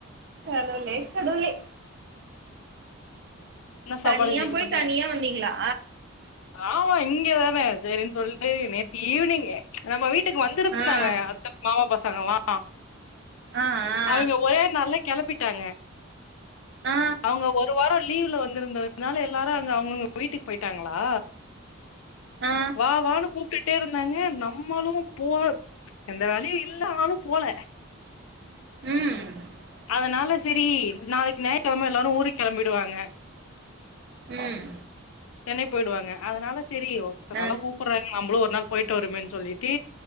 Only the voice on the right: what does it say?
கடவுளே கடவுளே
தனியா
போய்
தனியா வந்தீங்களா
ஆ
ஆஹ் ஆஹ்
ஆ
ஆ
உம்
உம்
ஆ